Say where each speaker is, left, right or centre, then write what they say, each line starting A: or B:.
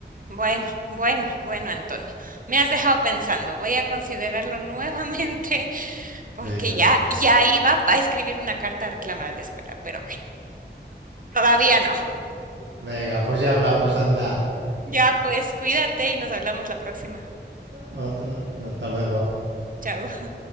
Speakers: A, on the right (about 45°); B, on the right (about 75°).
A: Bueno, <laughs> bueno, bueno, Antonio, me has dejado pensando. Voy a considerarlo nuevamente <laughs> porque
B: Venga,
A: ya, ya iba a escribir una carta a reclamar a la escuela, pero bueno, todavía no.
B: venga, pues ya hablamos, anda.
A: Ya pues, cuídate y nos hablamos la próxima.
B: Otra, hasta luego.
A: Chao.